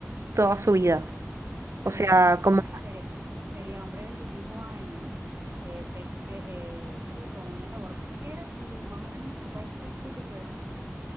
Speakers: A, on the right; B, on the right.
A: toda su vida. O
B: Entonces,
A: sea,
B: más
A: como
B: o menos sería, sería hombre de 25 años, eh, pesque, eh, sí, con una labor pesquera, y más o menos a qué país crees tú que podríamos